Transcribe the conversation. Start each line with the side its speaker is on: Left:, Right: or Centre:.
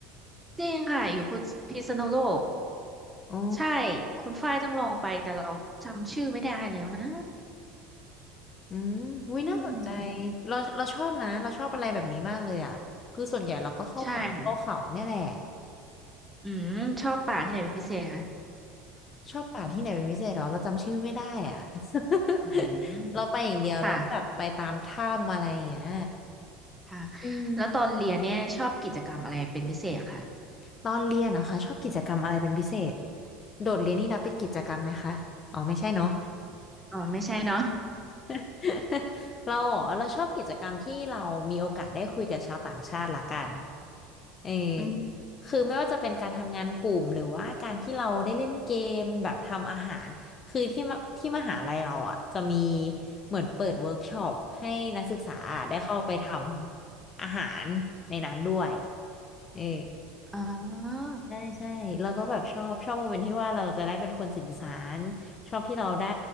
Centre: จริงค่ะอยู่พุทพิษณุโลก
Left: อ๋อ
Centre: ใช่คุณฝ้ายต้องลองไปแต่เราจำชื่อไม่ได้แล้วนะ
Left: อืมวิน่าสนใจ
Centre: อืม
Left: เราเราชอบนะเราชอบอะไรแบบนี้มากเลยอ่ะคือส่วนใหญ่เราก็เข้าป่าเข้าเขาเนี่ยแหละ
Centre: ใช่ค่ะอืมชอบป่าที่ไหนเป็นพิเศษคะ
Left: ชอบป่าที่ไหนเป็นพิเศษเหรอเราจำชื่อไม่ได้อ่ะ <laughs>
Centre: อืม
Left: เราไปอย่างเดียวเราก็แบบไปตามถ้ำอะไรอย่างเงี้ย
Centre: ค่ะค่ะ
Left: อืม
Centre: แล้วตอนเรียนเนี่ยชอบกิจกรรมอะไรเป็นพิเศษค่ะ
Left: ตอนเรียนเหรอคะชอบกิจกรรมอะไรเป็นพิเศษโดดเรียนนี่นับเป็นกิจกรรมไหมคะอ๋อไม่ใช่เนาะ
Centre: อ๋อไม่ใช่เนาะ
Left: <laughs> เราเหรอเราชอบกิจกรรมที่เรามีโอกาสได้คุยกับชาวต่างชาติละกันเออ
Centre: อืม
Left: คือไม่ว่าจะเป็นการทำงานกลุ่มหรือว่าการที่เราได้เล่นเกมแบบทำอาหารคือที่มที่มหาลัยเราอ่ะจะมีเหมือนเปิดเวิร์กช็อปให้นักศึกษาได้เข้าไปทำอาหารในนั้นด้วยเออ
Centre: อ๋อ
Left: ใช่ใช่เราก็แบบชอบชอบโมเมนต์ที่ว่าเราจะได้เป็นคนสื่อสารชอบที่เราได้